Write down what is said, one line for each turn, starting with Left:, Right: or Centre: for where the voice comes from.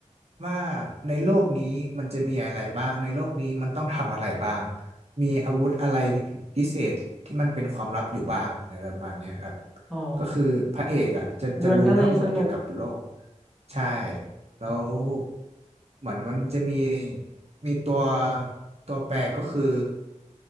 Right: ว่าในโลกนี้มันจะมีอะไรบ้างในโลกนี้มันต้องทำอะไรบ้างมีอาวุธอะไรพิเศษที่มันเป็นความลับอยู่บ้างอะไรประมาณเนี้ยครับ
Centre: อ๋อ
Right: ก็คือพระเอกอ่ะจะจะรู้ทั้งหมดเกี่ยวกับโลก
Centre: มันก็เลยสนุก
Right: ใช่แล้วเหมือนมันจะมีมีตัวตัวแปรก็คือ